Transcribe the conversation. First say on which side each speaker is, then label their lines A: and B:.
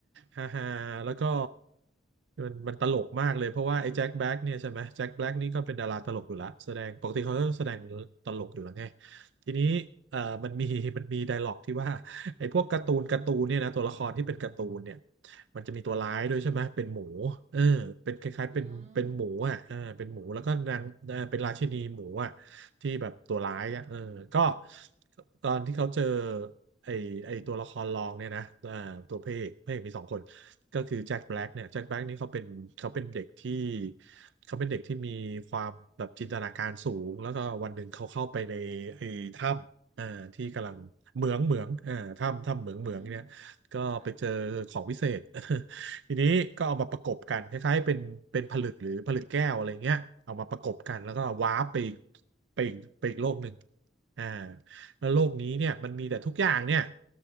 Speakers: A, on the right (about 80°); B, on the right (about 40°).
A: ฮ่าฮ่าแล้วก็
B: น่าจะ
A: มันมันตลกมากเลยเพราะว่าไอ้แจ็คแบล็กเนี่ยใช่ไหมแจ็คแบล็กนี่ก็เป็นดาราตลกอยู่ละแสดงปกติเขาก็แสดงตลกอยู่แล้วไงทีนี้เอ่อมันมีมันมีไดร็อกที่ว่า ไอ้พวกการ์ตูนการ์ตูนเนี่ยนะตัวละครที่เป็นการ์ตูนเนี่ยมันจะมีตัวร้ายด้วยใช่ไหมเป็นหมู
B: ค่ะ
A: เออเป็นคล้ายๆเป็นเป็นหมูอ่ะเออเป็นหมูแล้วก็นางเออเป็นราชินีหมูอ่ะ
B: อืม
A: ที่แบบตัวร้ายอ่ะเออก็ตอนที่เขาเจอไอ้ไอ้ตัวละครรองเนี่ยนะเอ่าตัวพระเอกพระเอกมีสองคนก็คือแจ็คแบล็กเนี่ยแจ็คแบล็กนี่เขาเป็นเขาเป็นเด็กที่เขาเป็นเด็กที่มีความแบบจินตนาการสูงแล้วก็วันหนึ่งเขาเข้าไปในไอ้ถ้ำเอ่าที่กำลัง เหมืองเหมืองอ่าถ้ำถ้ำเหมืองเหมืองเนี่ยก็ไปเจอของวิเศษ
B: อืมค่ะ
A: <laughs> ทีนี้ก็เอามาประกบกันคล้ายๆเป็นเป็นผลึกหรือผลึกแก้วอะไรเงี้ยเอามาประกบกัน แล้วก็วาร์ปไปอีกไปอีกไปอีกโลกหนึ่งอ่าแล้วโลกนี้เนี่ยมันมีแต่ทุกอย่างเนี่ย